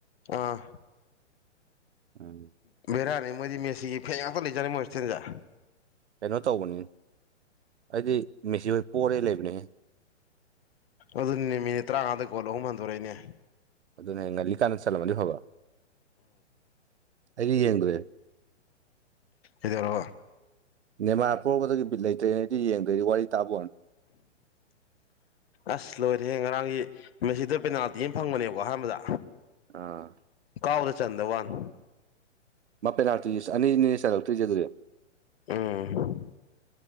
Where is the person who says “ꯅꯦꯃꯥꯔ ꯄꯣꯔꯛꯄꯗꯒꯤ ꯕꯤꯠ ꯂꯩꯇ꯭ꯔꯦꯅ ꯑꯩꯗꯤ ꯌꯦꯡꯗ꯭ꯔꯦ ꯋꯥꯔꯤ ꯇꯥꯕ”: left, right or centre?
Right